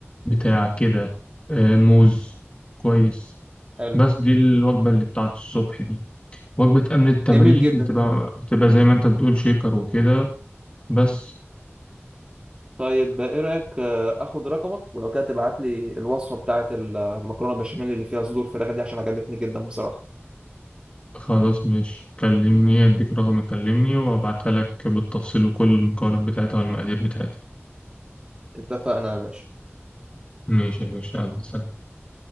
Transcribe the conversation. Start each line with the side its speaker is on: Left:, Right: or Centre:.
Left: بتاع كده آه موز كويس
Right: حلو
Left: بس دي الوجبة اللي بتاعت الصبح دي وجبة قبل التمرين
Right: جميل جدا
Left: بتبقى بتبقى زي ما أنت بتقول شيكر وكده بس
Right: طيب ايه رايك آه، اخد رقمك ولو كده تبعت لي الوصفه بتاعه المكرونه بشاميل اللي فيها صدور فراخ دي عشان عجبتني جدا بصراحه
Left: خلاص ماشي كلمني اديك رقم كلمني وابعتها لك بالتفصيل وكل المقارنات بتاعتها والمقادير بتاعتها
Right: اتفقنا يا باشا
Left: ماشي يا باشا يلا سلام